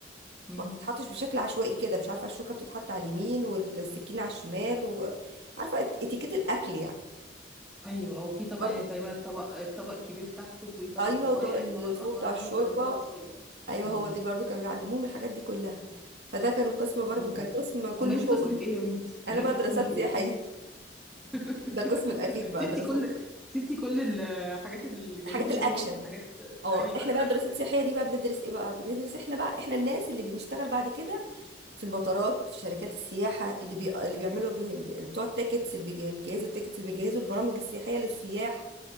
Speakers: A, in the centre; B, on the right.
A: امم
B: ما بتتحطش بشكل عشوائي كده مش عارفه الشوكه بتتحط على اليمين والسكينه على الشمال وعارفه اتيكيت الاكل يعني
A: ايوه او في طبق
B: برضو
A: يعني تقريبا الطبق الطبق الكبير تحته وفوقيه طبق
B: ايوه
A: صغير
B: وطبق الفوق
A: الطبق الاصغر
B: بتاع الشوربه
A: منه وبعدين طبق الشوربه
B: ايوه
A: امم
B: هو دي برضو كانوا بيعلموهم الحاجات دي كلها فده كان قسم برضو
A: لا
B: كان قسم كله
A: امال انت
B: شغل
A: قسمك ايه يا بنتي
B: انا
A: امال انت
B: بقى دراسات
A: قسمك ايه
B: سياحيه
A: <laughs>
B: ده القسم الاخير بقى
A: سبتي
B: دراسات
A: كل سبتي كل الحاجات الجميله
B: حاجات الاكشن
A: دي ورحتي الحاجات
B: اه
A: ايوه
B: احنا بقى دراسات سياحيه دي بقى بندرس ايه بقى بندرس احنا بقى احنا الناس اللي بنشتغل بعد كده في المطارات في شركات السياحة اللي بي... اللي بيعملوا بي... بتوع التيكتس اللي بيجي- الجهاز التيكتس اللي بيجهزوا البرامج السياحية للسياح